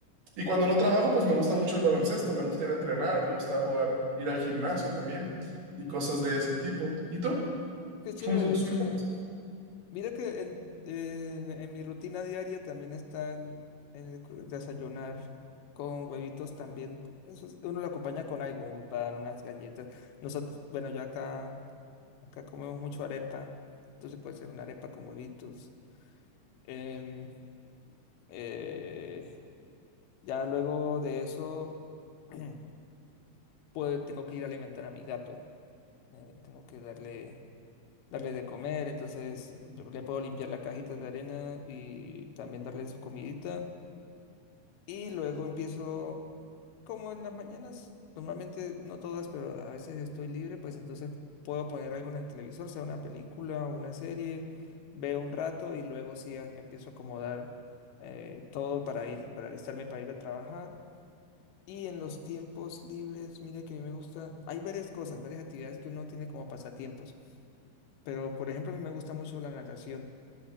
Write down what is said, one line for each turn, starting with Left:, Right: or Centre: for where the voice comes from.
Right: Y cuando no trabajo, pues me gusta mucho el baloncesto, me gusta ir a entrenar, me gusta jugar, ir al gimnasio también y cosas de ese tipo. ¿Y tú?
Left: Qué chévere,
Right: ¿Cómo son tus
Left: chévere.
Right: metas?
Left: Mira que el- el- en mi rutina diaria también está el, el cu- desayunar con huevitos también. Eso es- uno lo acompaña con algo, un pan, unas galletas. Nosotros, bueno, yo acá, acá comemos mucho arepa, entonces puede ser una arepa con huevitos. Em, eh, Ya luego de eso, <clears throat> pues tengo que ir a alimentar a mi gato. eh, tengo que darle, darle de comer, entonces yo le puedo limpiar la cajita de arena y también darle su comidita. Y luego empiezo, como en las mañanas, normalmente no todas, pero a veces estoy libre, pues entonces puedo poner algo en el televisor, sea una película o una serie, veo un rato y luego sí a- empiezo a acomodar eh, todo para ir, para alistarme para ir a trabajar. Y en los tiempos libres, mira que a mí me gusta, hay varias cosas, varias actividades que uno tiene como pasatiempos, pero por ejemplo a mí me gusta mucho la natación.